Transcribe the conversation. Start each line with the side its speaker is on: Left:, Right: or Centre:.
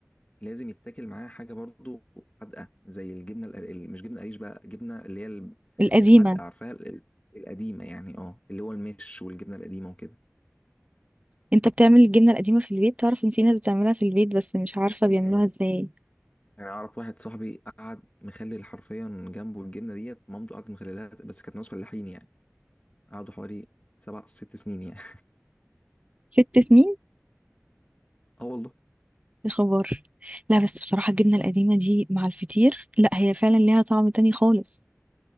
Left: لازم يتاكل معاه حاجه برضو حادقه زي الجبنه القرقل مش جبنه قريش بقى جبنه اللي هي ال-
Right: القديمة
Left: الحادقه عارفاها ال- ال- القديمه يعني اه اللي هو المش والجبنه القديمه وكده
Right: انت بتعمل الجبنة القديمة في البيت تعرف ان في ناس بتعملها في البيت بس مش عارفة بيعملوها
Left: في ناس
Right: ازاي
Left: يعني اعرف واحد صاحبي قعد مخلل حرفيا جنبه الجبنه ديت مامته قعدت مخللها بس كانت ناس فلاحين يعني قعدوا حوالي سبع ست سنين يعني
Right: ست سنين
Left: اه والله
Right: يا خبر لا بس بصراحة الجبنة القديمة دي مع الفطير لا هي فعلا ليها طعم تاني خالص